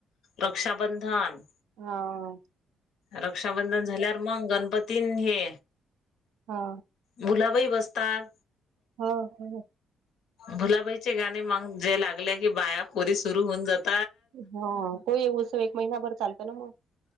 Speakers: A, on the left (about 75°); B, on the right (about 85°).
A: रक्षाबंधन..
B: हां...
A: रक्षाबंधन झाल्यावर मंग गणपतीनं हे,
B: हा
A: भुलाबाई बसतात.
B: हो, हो...
A: भुलाबाईचे गाणे मग जे लागले की बाया, पोरी सुरू होऊन जात
B: हा तोही उत्सव एक महिनाभर चालतो ना मग.